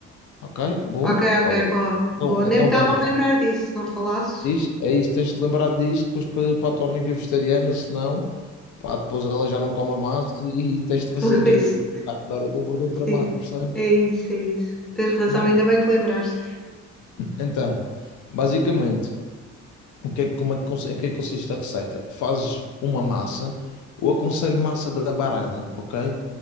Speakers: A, on the left; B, in the centre.
A: Ok, bom.
B: ok,
A: Olha,
B: ok, boa,
A: então,
B: boa. Nem
A: então
B: me estava
A: vamos
B: a lembrar
A: lá.
B: disso, não falasses?
A: Isto- É isso, tens de te lembrar disso depois para, para a tua amiga vegetariana, senão, pá, depois ela já não come massa e tens de fazer,
B: <laughs> Pois,
A: eh, vai-te dar o dobro do trabalho,
B: sim,
A: percebes?
B: é isso, é isso. Tens razão,
A: Bem,
B: ainda bem que lembraste.
A: então, basicamente. O que é, como é que, cons- em que é que consiste a receita? Fazes uma massa, eu aconselho massa da Barela, ok?